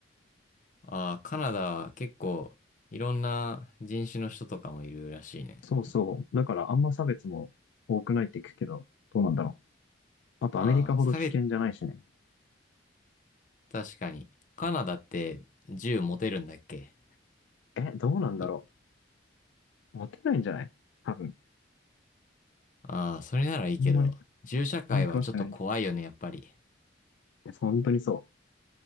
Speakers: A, on the left; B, on the left.
A: ああ、カナダは結構いろんな人種の人とかもいるらしいね。
B: そうそう。だからあんま差別も多くないって聞くけど、どうなんだろう。あとアメリカほど危険じゃないしね。
A: ああー、差別、確かに。カナダって銃持てるんだっけ
B: え、どうなんだろ
A: い
B: う。モテないんじゃない多分。
A: ああ、それならいいけど、
B: あんまり、
A: 銃社会はちょっと怖いよね、
B: あんまり詳しくないけど。い
A: やっぱり。
B: や、本当にそう。